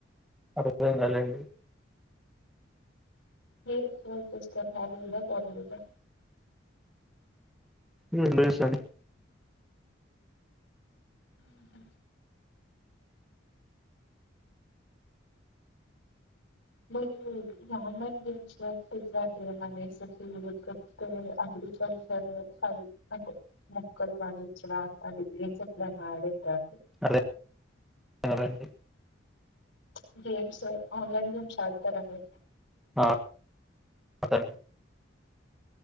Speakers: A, in the centre; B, on the left.
A: అడుగను లెండి
B: మీరు చుస్తారు బాబు మీద బాబు మీద
A: ఏ లేసడి
B: ఉహ్ మరి <unintelligible> <unintelligible> అండ్ మొక్కలు పండించడం అండ్ గిలంప్స్ ఎపుడైనా ఆడిండ్రారండి
A: రె సరే రండి
B: ప్చ్ గేమ్స్ ఆ ఆన్లైన్ గేమ్స్ ఆడతారండి?
A: ఆ అదం